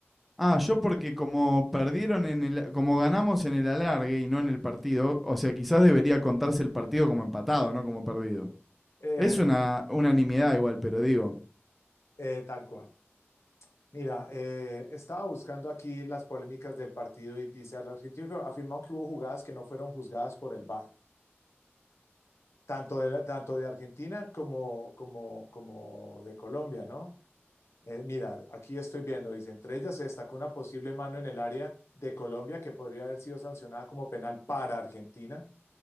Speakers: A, in the centre; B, on the left.
A: Ah, yo porque como perdieron en el, como ganamos en el alargue y no en el partido, o sea, quizás debería contarse el partido como empatado, no como perdido.
B: Eh,
A: Es una unanimidad igual, pero digo,
B: eh, tal cual. Mira, eh, estaba buscando aquí las polémicas del partido y dice, el argentino afirmó que hubo jugadas que no fueron juzgadas por el VAR, tanto de, la- tanto de Argentina como, como, como de Colombia, ¿no? Eh, mira, aquí estoy viendo, dice, entre ellas se destacó una posible mano en el área de Colombia que podría haber sido sancionada como penal para Argentina,